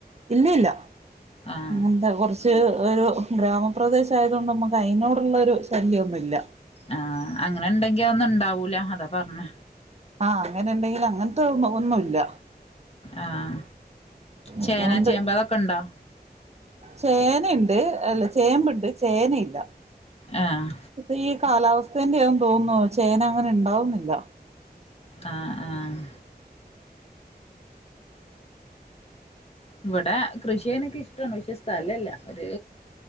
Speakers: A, on the right; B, on the left.
A: ഇല്ല ഇല്ല
B: ആഹ്
A: അങ്ങനത്തെ കൊറച്ചു ഒരു ഗ്രാമപ്രദേശം ആയതുകൊണ്ട് നമുക്ക് അതിനോടുള്ള ഒരു ശല്യം ഒന്നുമില്ല
B: ആഹ് അങ്ങനെ ഉണ്ടെങ്കി അതൊന്നു ഉണ്ടാവും ഉണ്ടാവൂല അതാ പറഞ്ഞെ
A: ആ അങ്ങനെ ഇണ്ടെങ്കിൽ അങ്ങനത്തെ ഒന്നുമില്ല
B: ആഹ് ചേന
A: അത് കൊണ്ട്
B: ചേമ്പ് അതൊക്കെ ഉണ്ടോ
A: ചേനയുണ്ട് അല്ല ചേമ്പുണ്ട് ചേനയില്ല.
B: ആഹ്
A: ഇപ്പ ഈ കാലാവസ് ഥൻ്റെയാ തോന്നുന്നു ചേന അങ്ങനെ ണ്ടാവുന്നില്ല.
B: ആഹ് ആഹ് ഇവടെ കൃഷി എനിക്കിഷ്ടണ് പക്ഷേ സ്ഥലല്ല. ഒരു